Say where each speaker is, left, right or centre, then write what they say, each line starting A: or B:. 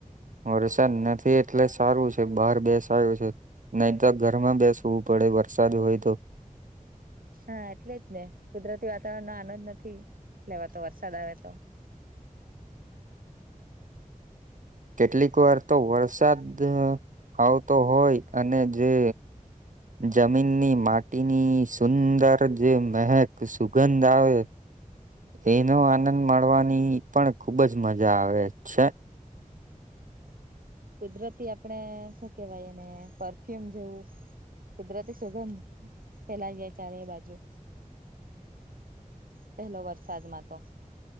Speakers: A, on the right; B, on the right.
A: વરસાદ નથી એટલે સારું છે બહાર બેસાય એવું છે. નહી તો ઘરમાં બેસવું પડે વરસાદ હોય તો.
B: હા એટલે જ ને કુદરતી વાતાવરણ નો આનંદ નથી લેવાતો વરસાદ આવે તો
A: કેટલીક વાર તો વરસાદ આવતો હોય અને જે જમીનની માટીની સુંદર જે મહેક સુગંધ આવે.
B: હ.
A: એનો આનંદ મળવાની પણ ખુબજ મજા આવે છે.
B: કુદરતી આપડે શું કેવાય એને પરફ્યુમ જેવું કુદરતી સુગંધ ફેલાઈ જાય ચારે એ બાજુ પહલો વરસાદમાં તો.